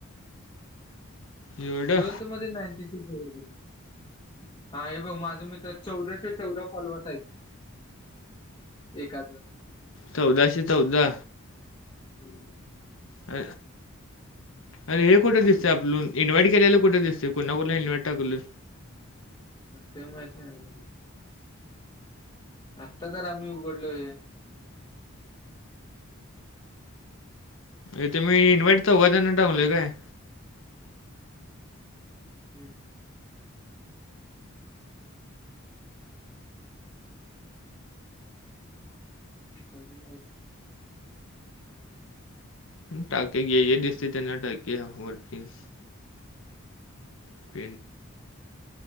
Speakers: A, on the left; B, on the left.
A: एवढं
B: टुवेल्थ मध्ये नाईंटी सीक्स तुला हा हे बघ माझा मित्राचे चौदाशे चौदा फॉलोअर्स आहेत. एकाचं.
A: चौदाशे चौदा
B: हम्म.
A: अ. अर हे कुठं दिसंय आपलं इन्व्हाइट केल्याला कुठं दिसतेय कोणा कोुला इन्व्हाइट टाकलं.
B: ते माहत नाही. आत्ता तर आम्ही उघडलो हे.
A: इथं मी इन्व्हाइट तर चौघा जना काय?
B: हम्म स <unintelligible>
A: टाके घे दिसते त्यांना टाके वरतींग <unintelligible>